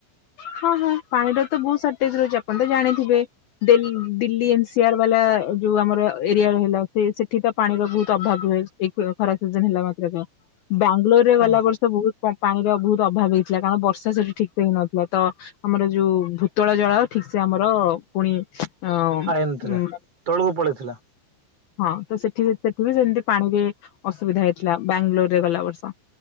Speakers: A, on the left; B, on the right.
A: ହଁ ହଁ ପାଣି ଟା ତ ବହୁତ ସର୍ଟେଜ ରହୁଛି, ଆପଣ ତ ଜାଣିଥିବେ ଦେ ଦିଲ୍ଲୀ ଏନସିଆର ବାଲା ଯୋଉ ଆମର ଏରିଆ ରହିଲା ସେ ସେଠି ତ ପାଣିର ବହୁତ ଅଭାବ ରୁହେ ଏଇ ଖରା ସିଜନ ହେଲା ମାତ୍ର କ ବ୍ୟାଙ୍ଗଲୋର ରେ
B: ହଁ
A: ଗଲା ବର୍ଷ ବହୁତ ପା ପାଣିର ବହୁତ ଅଭାବ ହେଇଥିଲା କାରଣ ବର୍ଷା ସେଠି ଠିକ ସେ ହେଇନଥିଲା। ତ ଆମର ଯୋଉ ଭୂତଳ ଜଳ ଠିକ ସେ ଆମର ପୁଣି ହଁ
B: ଆଇନ ଥିଲା
A: ହୁଁ
B: ତଳକୁ ପଳେଇଥିଲା
A: ହଁ ହଁ ତ ସେଠି ସେଠି ବି ସେମିତି ପାଣିରେ ଅସୁବିଧା ହେଇଥିଲା ବ୍ୟାଙ୍ଗଲୋରରେ ଗଲା ବର୍ଷ।